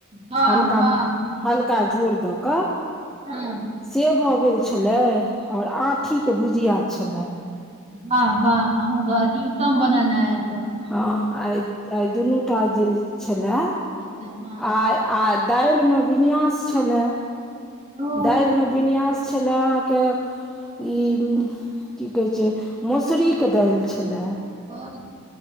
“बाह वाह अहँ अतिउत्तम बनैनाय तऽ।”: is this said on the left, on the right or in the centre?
Right